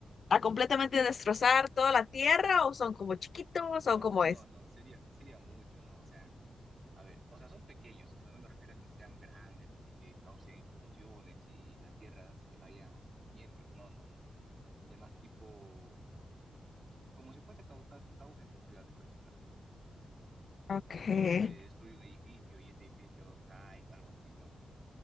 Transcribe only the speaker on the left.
a completamente destrozar toda la tierra o son como chiquitos
o como es.
Okay.